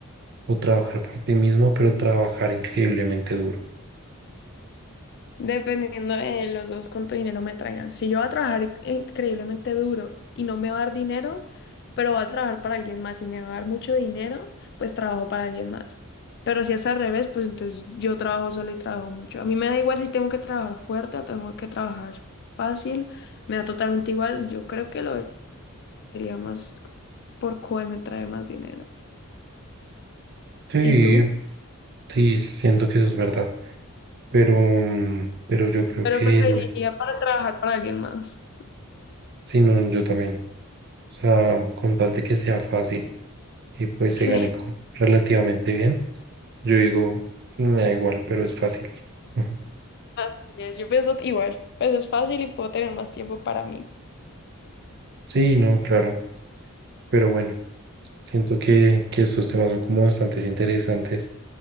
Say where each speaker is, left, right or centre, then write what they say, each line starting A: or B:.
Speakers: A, on the right; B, on the left.
A: o trabajar por ti mismo, pero trabajar increíblemente duro?
B: Dependiendo de los dos cuánto dinero me traigan. Si yo voy a trabajar in- increíblemente duro y no me va a dar dinero, pero voy a trabajar para alguien más y me va a dar mucho dinero, pues trabajo para alguien más. Pero si es al revés, pues entonces yo trabajo sola y trabajo mucho. A mí me da igual si tengo que trabajar fuerte o tengo que trabajar fácil, me da totalmente igual. Yo creo que lo vería más por cuál me trae más dinero.
A: Sí,
B: ¿Y tú?
A: sí, siento que eso es verdad, pero, mm, pero yo creo
B: Pero
A: que
B: preferiría
A: es, me-
B: para trabajar para alguien más.
A: sí, no, yo también. O sea, con tal de que sea fácil y pues se
B: <laughs>
A: gane co-
B: Sí.
A: relativamente bien, yo digo, me da igual, pero es fácil. Ujú.
B: Así es, yo pienso igual, pues es fácil y puedo tener más tiempo para mí.
A: Sí, no, claro, pero bueno. Siento que, que estos temas son como bastante interesantes.